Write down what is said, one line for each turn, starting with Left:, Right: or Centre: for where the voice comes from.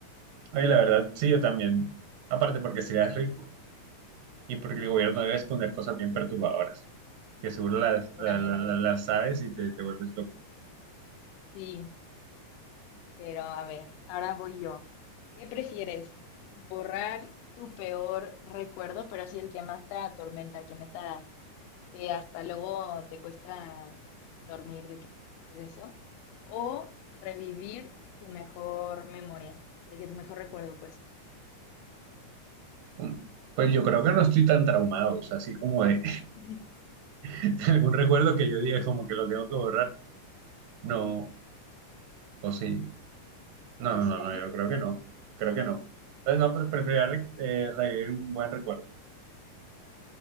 Right: oye, la verdad, sí, yo también. Aparte porque serías rico y porque el gobierno debe esconder cosas bien perturbadoras, que seguro las,
Left: Sí, seguramente.
Right: la- la- la- las sabes y te, te vuelves loco.
Left: Sí, pero a ver, ahora voy yo. ¿Qué prefieres? ¿Borrar tu peor recuerdo, pero así el que más te atormenta, que neta que hasta luego te cuesta dormir de que de eso, o revivir tu mejor memoria, de que tu mejor recuerdo, pues,
Right: Mm. Pues yo creo que no estoy tan traumado, o sea, así como de,
Left: <laughs>
Right: <laughs> de algún recuerdo que yo diga como que lo tengo que borrar, no, o sí. No,
Left: no
Right: no,
Left: sé.
Right: no, no, yo creo que no. Creo que no. Entonces, no, pero preferiría re- eh, revivir un buen recuerdo.